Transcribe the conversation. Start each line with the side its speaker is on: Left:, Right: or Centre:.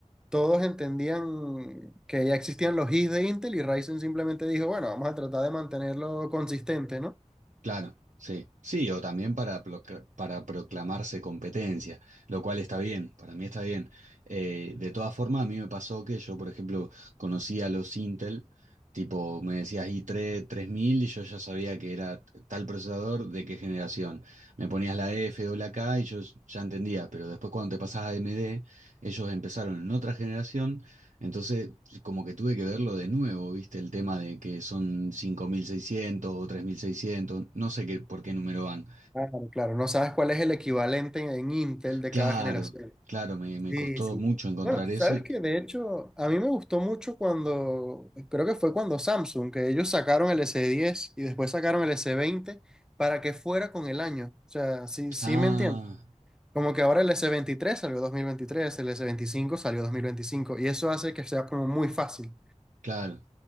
Centre: todos entendían que ya existían los Is de Intel y Ryzen simplemente dijo, bueno, vamos a tratar de mantenerlo consistente, ¿no?
Right: Claro, sí. Sí, o también para, procla- para proclamarse competencia, lo cual está bien, para mí está bien. Eh, de todas formas, a mí me pasó que yo, por ejemplo, conocía a los Intel, tipo, me decías i3 3000 y yo ya sabía que era tal procesador de qué generación. Me ponías la F o la K y yo ya entendía, pero después cuando te pasás a AMD, ellos empezaron en otra generación entonces, como que tuve que verlo de nuevo, ¿viste? El tema de que son 5.600 o 3.600 no sé qué, por qué número van.
Centre: Claro, claro, no sabes cuál es el equivalente en en Intel de
Right: Claro,
Centre: cada generación.
Right: claro, me, me
Centre: Sí,
Right: costó
Centre: sí.
Right: mucho encontrar
Centre: Bueno, sabes
Right: eso y...
Centre: que de hecho a mí me gustó mucho cuando, creo que fue cuando Samsung, que ellos sacaron el s diez y después sacaron el s veinte para que fuera con el año. O sea, sí, sí
Right: Ah,
Centre: me entiendes. Como que ahora el s veintitrés salió dos mil veintitrés el s veinticinco salió 2025 y eso hace que sea como muy fácil.
Right: claro.